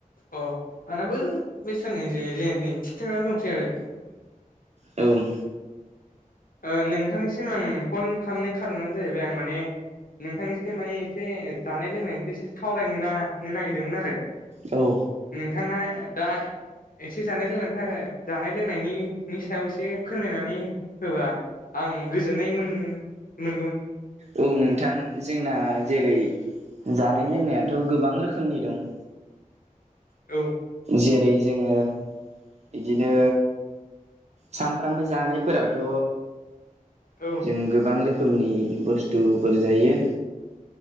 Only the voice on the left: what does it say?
अ आंनाबो बे साननैसो जेने थेने थिग थागानो दंसै आरो
ओ नोंथांनिसिम आं फन खालामनाय खार'नानो जाहैबाय आं माने नोंथांनिसो माने एसे जानाय लोंनायनिस एसे सावरायनो नो नागिरदोंमोन आरो।
नोंथाङा दा एसे जानाय लोंनायनि थाखाय जानाय लोंनायनिनायनि सायाव एसे फोरमायनानै होबा आं गोजोननाय मोन मोनगौमोन।
औ
औ